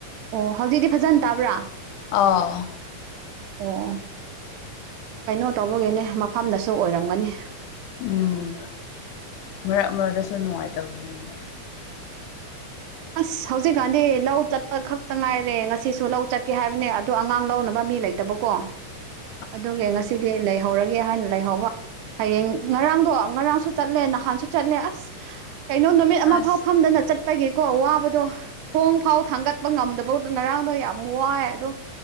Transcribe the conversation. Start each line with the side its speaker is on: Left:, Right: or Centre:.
Right: ꯑꯣ ꯍꯧꯖꯤꯛꯇꯤ ꯐꯖꯅ ꯇꯥꯕ꯭ꯔꯥ
Left: ꯑꯧ
Right: ꯑꯣ ꯀꯩꯅꯣ ꯇꯧꯕꯒꯤꯅꯦ ꯃꯐꯝꯅꯁꯨ ꯑꯣꯏꯔꯝꯒꯅꯤ
Left: ꯎꯝ ꯃꯔꯛ ꯃꯔꯛꯇꯁꯨ ꯅꯨꯡꯉꯥꯏꯇꯕꯗꯨꯅꯦꯕ
Right: ꯑꯁ ꯍꯧꯖꯤꯛꯀꯥꯟꯗꯤ ꯂꯧ ꯆꯠꯄ ꯈꯛꯇ ꯉꯥꯏꯔꯦ ꯉꯁꯤꯁꯨ ꯂꯧ ꯆꯠꯀꯦ ꯍꯥꯏꯕꯅꯦ ꯑꯗꯨ ꯑꯉꯥꯡ ꯂꯧꯅꯕ ꯃꯤ ꯂꯩ ꯇꯕꯀꯣ
Left: <inaudible>
Right: ꯑꯗꯨꯒꯤ ꯉꯁꯤꯗꯤ ꯂꯩꯍꯧꯔꯒꯦ ꯍꯥꯏꯅ ꯂꯩꯍꯧꯕ ꯍꯌꯦꯡ ꯉꯔꯥꯡꯗꯣ ꯉꯔꯥꯡꯁꯨ ꯆꯠꯂꯦ ꯅꯍꯥꯟꯁꯨ ꯆꯠꯂꯦ ꯑꯁ ꯀꯩꯅꯣ ꯅꯨꯃꯤꯠ ꯑꯃ
Left: ꯑꯁ
Right: ꯐꯥꯎ ꯐꯝꯗꯅ ꯆꯠꯄꯒꯤ ꯀꯣ ꯋꯥꯕꯗꯣ ꯈꯣꯡ ꯐꯥꯎ ꯊꯥꯡꯒꯠꯄ ꯉꯝꯗꯕꯣ ꯉꯔꯥꯡꯗꯣ ꯌꯥꯝ ꯋꯥꯌꯦ ꯑꯗꯣ